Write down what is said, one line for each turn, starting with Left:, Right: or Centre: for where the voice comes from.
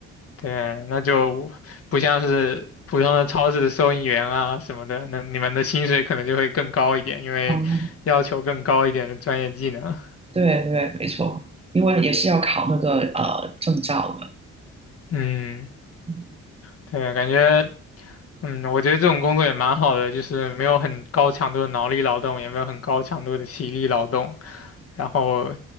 Left: 对，那就不像是普通的超市的收银员啊什么的，那你们的薪水可能就会更高一点，因为要求更高一点的专业技能。
Right: 嗯。对对，没错，因为也是要考那个呃证照的，
Left: 嗯，
Right: 嗯
Left: 对，感觉。嗯，我觉得这种工作也蛮好的，就是没有很高强度的脑力劳动，也没有很高强度的体力劳动，然后